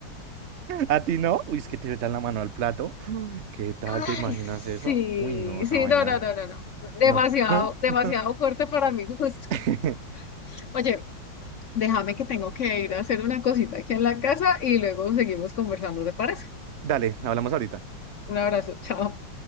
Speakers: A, on the right (about 55°); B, on the left (about 65°).
A: <laughs> ¿A ti no? Uy, es que te metan la mano al plato. ¿Qué tal?
B: Ay,
A: ¿Te imaginas
B: sí,
A: eso? Uy, no, esa
B: sí,
A: vaina.
B: no, no, no, no, no. Demasiado,
A: No. <laughs>
B: demasiado fuerte para mi gusto.
A: <laughs>
B: Oye, déjame que tengo que ir a hacer una cosita aquí en la casa y luego seguimos conversando, ¿te parece?
A: Dale, hablamos ahorita.
B: Un abrazo, chao.